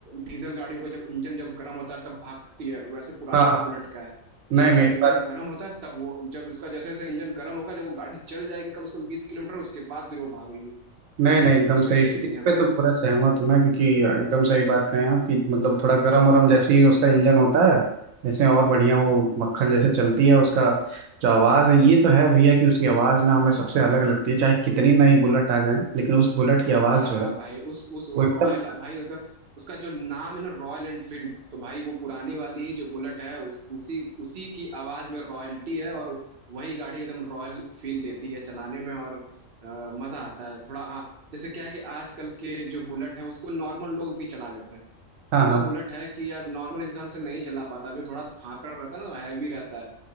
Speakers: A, on the right; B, on the right.
A: डीजल गाड़ियों का जब इंजन जब गर्म होता है तब भागती है वैसे पुरानी
B: हाँ
A: वाली
B: हाँ
A: बुलेट का है कि
B: नहीं
A: जब उसका
B: नहीं इस
A: इंजन
B: बार
A: गर्म होता है तब वो जब उसका जैसे जैसे इंजन गर्म होगा जब वो गाड़ी चल जाएगी कम से कम बीस किलोमीटर उसके बाद फिर वो भागेगी तो
B: नहीं नहीं एकदम
A: उसका
B: सही
A: ये
B: इस,
A: सीन
B: इस
A: है भाई
B: पे तो पूरा सहमत हूँ मैं क्योंकि एकदम सही बात कहें आप कि मतलब थोड़ा गरम वरम जैसे ही उसका इंजन होता है जैसे और बढ़िया वो मक्खन जैसे चलती है उसका जो आवाज़ है ये तो है भैया कि उसकी आवाज़ ना हमें सबसे अलग लगती है चाहे कितनी नई बुलेट आ जाए लेकिन उस बुलेट की आवाज़
A: हाँ
B: जो
A: हाँ
B: है
A: भाई उस उस वो
B: वो एकदम
A: रॉयल भाई अगर उसका जो नाम है ना रॉयल एनफील्ड तो भाई वो पुरानी वाली ही जो बुलेट है उस, उसी उसी की आवाज में रॉयल्टी है और वही गाड़ी एकदम रॉयल फील देती है चलाने में और अ, मजा आता है थोड़ा हाँ जैसे क्या है कि आजकल के जो बुलेट है उसको नॉर्मल लोग भी चला लेते हैं
B: हाँ
A: अब वो
B: हाँ
A: बुलेट है कि यार नॉर्मल इंसान उसे नहीं चला पाता जो थोड़ा धाकड़ रहता है ना हैवी रहता है